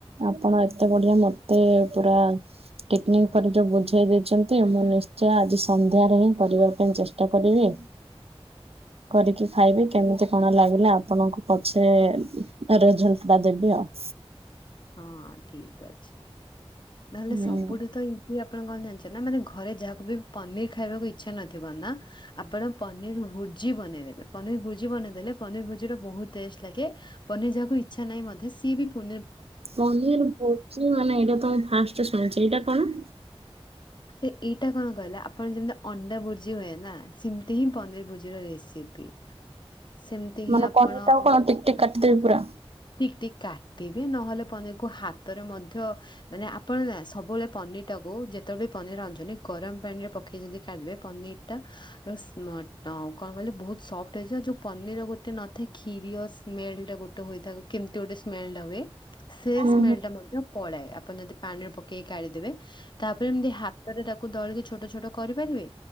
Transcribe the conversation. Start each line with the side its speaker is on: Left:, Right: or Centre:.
Right: ଆପଣ ଏତେ ବଢିଆ ମତେ ପୁରା ଟିକିନିକି କରି ଯୋଉ ବୁଝେଇ ଦେଇଛନ୍ତି, ମୁଁ ନିଶ୍ଚୟ ଆଜି ସନ୍ଧ୍ୟାରେ ହିଁ କରିବା ପାଇଁ ଚେଷ୍ଟା କରିବି।
Left: <inaudible>
Right: କରିକି ଖାଇବି କେମିତି କଣ ଲାଗିଲା, ଆପଣଙ୍କୁ ପଛେ ରେଜଲ୍ଟ ଟା ଦେବି ଆଉ।
Left: ହଁ ଠିକ୍ ଅଛି, ନହେଲେ
Right: ହୁଁ
Left: ସବୁଠୁ ତ ଇଁ କି ଆପଣ କଣ୍ ଜାଣିଛେ, ନା ମାନେ ଘରେ ଯାହାକୁ ବି ପନିର୍ ଖାଇବାକୁ ଇଛା ନଥିବ ନାଁ ଆପଣ ପନିର୍ ଭୁଜି ବନେଇଦେବେ, ପନିର୍ ଭୁଜି ବନେଇଦେଲେ ପନିର୍ ଭୁଜି ଟା ବହୁତ୍ ଟେଷ୍ଟ୍ ଲାଗେ ପନିର୍ ଯାହାକୁ ଇଛା ନାହିଁ ମଧ୍ୟ, ସିଏ ବି ପୁନେ
Right: ପନିର ଭୋଜି ମାନେ ଏଇଟା ତ ମୁଁ ଫାଷ୍ଟେ ଶୁଣୁଚି, ଏଇଟା କଣ?
Left: ଏ ଏଇଟା କଣ କହିଲା, ଆପଣ ଯେମିତି ଅଣ୍ଡା ଭୁର୍ଜି ହୁଏ ନାଁ ସେମ୍ ତି ହିଁ ପନିର ଭୋଜିର ରେସିପି। ସେମିତି ହିଁ
Right: ମାନେ
Left: ଆପଣ
Right: ପନିର୍ ଟାକୁ କଣ ଟିକ୍ ଟିକ୍ କାଟିଦେବି ପୁରା?
Left: ଟିକ୍ ଟିକ୍ କାଟିବି, ନହେଲେ ପନିର୍ କୁ ହାତରେ ମଧ୍ୟ ମାନେ ଆ ପଣ ନାଁ ସବୁବେଳେ ପନିର୍ ଟାକୁ ଯେତେବେଳେ ବି ପନିର୍ ଆଣୁଚନ୍ତି, ଗରମ୍ ପାଣିରେ ପକେଇ ଯଦି କାଢିବେ ପନିର୍ ଟା ର ସ୍ମଟ କଣ୍ କହିଲେ ବହୁତ ସଫ୍ଟ ହେଇଯାଏ, ଯୋଉ ପନିର ଗୋଟେ ନଥାଏ କ୍ଷିରିୟସ୍ ସ୍ମେଲ୍ ଟା ଗୋଟେ ହୋଇଥାଏ, କେମ୍ ତି ଗୋଟେ ସ୍ମେଲ୍ଟା ହୁଏ। ସେ
Right: ହୁଁ
Left: ସ୍ମେଲ ଟା ମଧ୍ୟ ପଳାଏ, ଆପଣ ଯଦି ପାଣି ରେ ପକେଇକି କାଢିଦେବେ, ତାପରେ ଏମ୍ତି ହା ତରେ ତାକୁ ଦଳିକି ଛୋଟ ଛୋଟ କରିପାରିବେ?